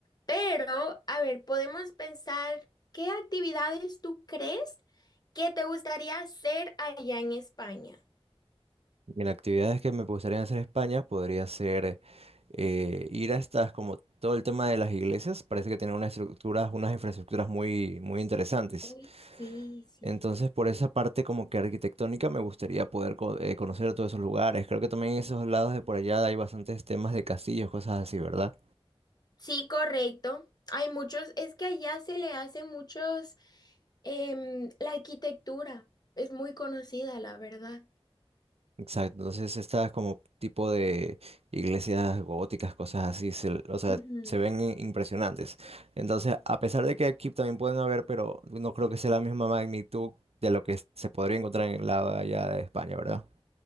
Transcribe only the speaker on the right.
Mira, actividades que me gustaría hacer en España podría ser eh, ir a estas, como todo el tema de las iglesias, parece que tienen unas estructuras, unas infraestructuras muy, muy interesantes.
Entonces, por esa parte como que arquitectónica me gustaría poder co- eh, conocer todos esos lugares. Creo que también en esos lados de por allá hay bastantes temas de castillos, cosas así, ¿verdad?
Exacto, entonces estas como tipo de iglesias góticas, cosas así, se- o sea,
se ven i- impresionantes. Entonces, a pesar de que aquí también pueden haber, pero no creo que sea la misma magnitud de lo que es- se podría encontrar en el lado de allá de España, ¿verdad?